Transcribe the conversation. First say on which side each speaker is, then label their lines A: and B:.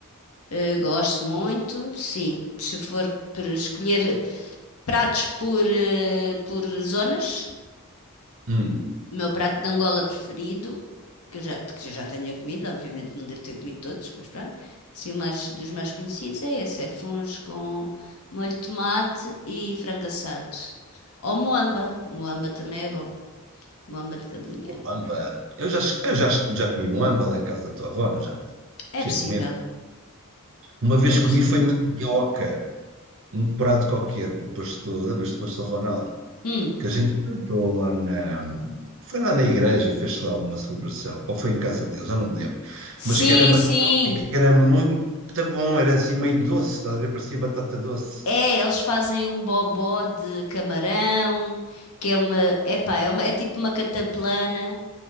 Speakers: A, on the left; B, on the right.
A: Eh, gosto muito, sim. Se for por escolher pratos por, eh, por zonas,
B: Hum,
A: O meu prato de Angola preferido, que eu já, que eu já tenha comido, obviamente não devo ter comido todos, mas pronto, assim, o mais, dos mais conhecidos é esse, é funs com molho de tomate e frango assado. Ou moamba, moamba também é bom, moamba de galinha.
B: moamba. Eu já, eu já, já comi moamba lá em casa da tua avó, não já?
A: É
B: Cheio
A: possível,
B: de medo. Uma vez
A: é possível.
B: comi foi mandioca. um prato qualquer com o pastor, lembras-te do pastor Ronaldo?
A: Hum,
B: Que a gente cantou lá na. Foi lá na igreja, fez lá uma celebração, ou foi em casa deles, eu não me lembro.
A: sim,
B: Mas que era mandioca,
A: sim.
B: que era muito bom, era assim meio doce, estás a ver? Parecia batata doce.
A: É, eles fazem um bobó de camarão, que é uma, epá, é uma, é tipo uma cataplana.